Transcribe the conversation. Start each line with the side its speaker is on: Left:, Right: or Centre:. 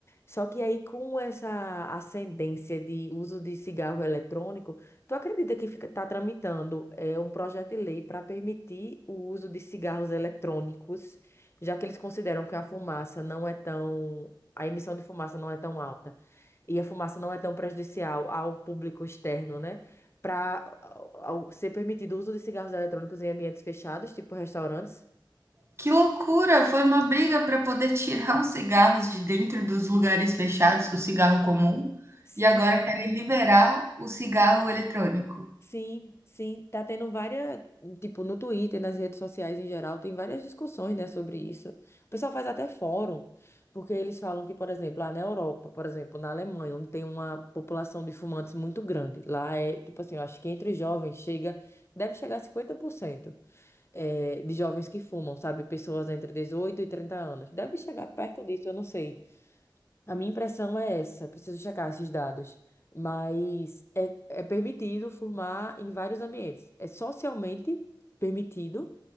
Left: Só que aí com essa ascendência de uso de cigarro eletrônico, tu acredita que fica, tá tramitando é, um projeto de lei para permitir o uso de cigarros eletrônicos, já que eles consideram que a fumaça não é tão a emissão de fumaça não é tão alta e a fumaça não é tão prejudicial ao público externo, né? Para ser permitido o uso de cigarros eletrônicos em ambientes fechados, tipo restaurantes.
Right: Que loucura! Foi uma briga para poder tirar os cigarros de dentro dos lugares fechados, o cigarro comum,
Left: Sim,
Right: e agora querem liberar o cigarro eletrônico.
Left: sim, sim. Tá tendo várias, tipo, no Twitter, nas redes sociais em geral, tem várias discussões, né, sobre isso. O pessoal faz até fórum, porque eles falam que, por exemplo, lá na Europa, por exemplo, na Alemanha, onde tem uma população de fumantes muito grande, lá é, tipo assim, eu acho que entre os jovens chega, deve chegar a 50%. é, de jovens que fumam, sabe? Pessoas entre 18 e 30 anos. Deve chegar perto disso, eu não sei. A minha impressão é essa, preciso checar esses dados, mas é, é permitido fumar em vários ambientes. É socialmente permitido